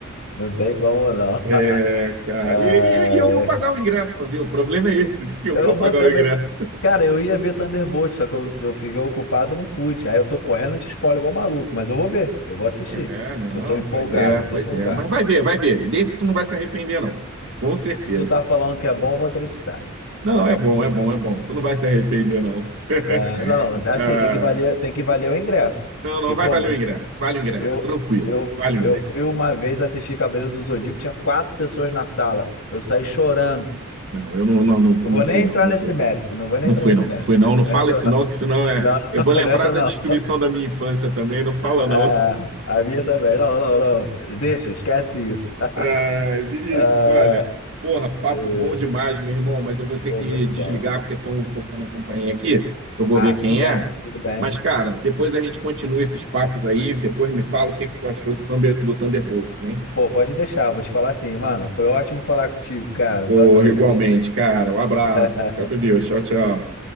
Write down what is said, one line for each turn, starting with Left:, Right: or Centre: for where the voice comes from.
Left: Não tem como não. <laughs>
Right: É, cara,
Left: Ai,
Right: e, e- e eu vou pagar o ingresso para ver, o problema é esse, né, que eu
Left: eu
Right: vou pagar
Left: vou também.
Right: o ingresso.
Left: Cara, eu ia ver Thunderbolt, só que eu, eu fiquei ocupado, não pude. Aí eu tô correndo de spoiler igual maluco, mas eu vou ver, eu vou assistir.
Right: É, não,
Left: Porque eu tô empolgado,
Right: pois é,
Left: eu
Right: pois
Left: tô empolgado.
Right: é, mas vai ver, vai ver. Desse tu não vai se arrepender, não, com certeza.
Left: Se tu tá falando que é bom, eu vou acreditar.
Right: Não, é bom, é bom, é bom, tu não vai se arrepender, não. <laughs>
Left: Ah, não, assim,
Right: Ah,
Left: tem que valer, tem que valer o ingresso.
Right: não,
Left: Porque,
Right: não,
Left: pô,
Right: vai valer
Left: mano,
Right: o ingresso, vale o ingresso,
Left: eu,
Right: tranquilo,
Left: eu,
Right: vale o
Left: eu
Right: ingresso.
Left: fui uma vez assistir Cavaleiro do Zodíaco, tinha quatro pessoas na sala. Eu saí chorando.
Right: Não, eu não, não, não, não
Left: Não vou
Right: fui,
Left: nem
Right: não,
Left: entrar
Right: não
Left: nesse
Right: fui, não.
Left: mérito, não vou nem
Right: Não
Left: entrar
Right: fui,
Left: nesse
Right: não,
Left: mérito.
Right: fui, não, não
Left: Não
Right: fala
Left: entra,
Right: isso,
Left: não.
Right: não, que senão é.
Left: Não, <laughs>
Right: Eu vou lembrar
Left: não entra,
Right: da
Left: não.
Right: destruição da minha infância também, não fala,
Left: Ah,
Right: não.
Left: a minha também. Não, não, não. Deixa, esquece isso. <laughs>
Right: Ai, Vinícius,
Left: Ah,
Right: olha, porra, papo
Left: eh,
Right: bom demais, meu irmão, mas eu vou ter
Left: pô,
Right: que
Left: muito
Right: desligar
Left: bom.
Right: porque estão tocando a campainha aqui. Eu vou
Left: Ah,
Right: ver quem
Left: tudo bem,
Right: é.
Left: tudo bem.
Right: Mas, cara, depois a gente continua esses papos aí. Depois me fala o que é que tu achou do, Thunder, do Thunderbolts, hein?
Left: Pô, pode deixar, vou te falar assim, mano. Foi ótimo falar contigo, cara.
Right: Porra,
Left: Boa noite.
Right: igualmente, cara. Um abraço.
Left: <laughs>
Right: Fica com Deus. Tchau, tchau.